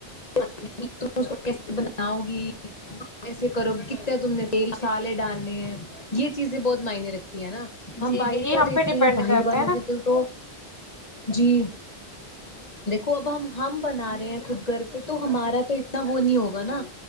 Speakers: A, on the left; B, on the left.
A: <inaudible> اس کو کیسے بناؤ گی کیسے کرو گی کتنے تم نے تیل مسالے ڈالنے ہیں یہ چیزیں بہت معنے رکھتی ہیں نا
B: جی
A: ہم باہر
B: جی یہ
A: کا
B: ہم
A: دیکھتے
B: پہ ڈیپینڈ
A: ہیں باہر
B: کرتے
A: والوں
B: ہیں نا
A: کی تو تو جی دیکھو اب ہم ہم بنا رہے ہیں خود گھر تو ہمارا تو اتنا وہ نہیں ہوگا نا